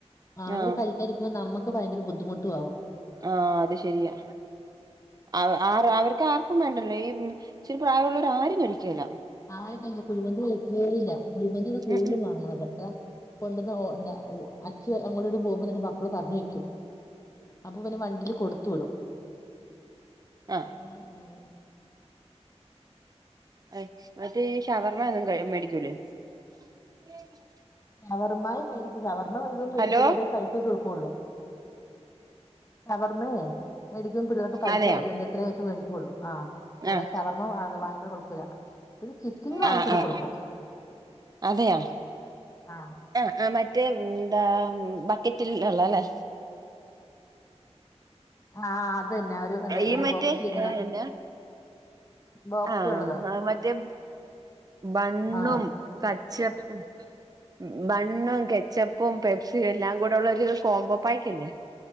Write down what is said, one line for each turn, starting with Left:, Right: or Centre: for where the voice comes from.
Left: ആ അവര്
Right: ആഹ്
Left: കഴിക്കാരിക്കുമ്പോ നമ്മക്ക് ഭയങ്കര ബുദ്ധിമുട്ടു ആവും
Right: ആ അത് ശരിയാ ആവ് ആരാ അവർക്ക് ആർക്കും വേണ്ടല്ലോ ഈ ഇച്ചിരി പ്രായമുള്ളോര് ആരും കഴിക്കൂല്ല
Left: ആ അവരൊക്കെ കുഴിമന്തി കഴിക്കേല്ല കുഴിമന്തിവിടെ കൂടുതലും
Right: ഉം
Left: വാങ്ങുന്നത് അതാ കൊണ്ടന്ന് ഒ എന്താ ഒ അച്ഛ അങ്ങോട്ണ്ട് പോകുമ്പോ തന്നെ മക്കള് പറഞ്ഞു വെക്കും അപ്പൊ പിന്നെ വണ്ടീല് കൊടുത്തു വിടും
Right: ആഹ
Left: ആഹ ആഹ
Right: എ മറ്റേ ഈ ഷവർമ്മയൊന്നും കഴി മേടിക്കൂലേ. <inaudible>
Left: ഷവർമായും മേടിക്കും ഷവർമ്മ വേടിക്കുമ്പോ
Right: ഹലോ
Left: പിള്ളേര്ടേൽ പൈസ കൊടുക്കൊള്ളൂ ഷവർമേ മേടിക്കാൻ പിള്ളേർക്ക് പൈസ
Right: അതെയാ
Left: ഇടുന്ന എത്രേ ചോയിച്ച് വേടിക്കൊള്ളൂ ആ അല്ല
Right: ആഹ്
Left: ഷവർമ്മ വാ വാങ്ങിച്ചൊന്നും കൊടുക്കൂല്ല പിന്നെ ചിക്കിങ്ങ് വാങ്ങിക്കൊണ്ട്
Right: ആഹ് ആഹ്
Left: കൊടുക്കും
Right: അതെയാ
Left: ആഹ
Right: ആഹ് ആഹ് മറ്റേ എന്താ ബക്കറ്റിൽ ഉള്ളല്ലേ
Left: ആഹ് അത് ന്നെ ഒരൂ ന്ത്‌
Right: ഈ
Left: ഒരു
Right: മറ്റേ
Left: ബോക്സിൽ ഇങ്ങനെ
Right: എന്നാ
Left: ബോക്സിലുള്ളത്
Right: ആഹ് മറ്റേ ബണ്ണും
Left: ആ
Right: കച്ചപ്പും ബൺ ബണ്ണും കെച്ചപ്പും പെപ്സിയും എല്ലാം കൂടെ ഉള്ളൊരു കോംമ്പോ പായ്ക്ക്ല്ലേ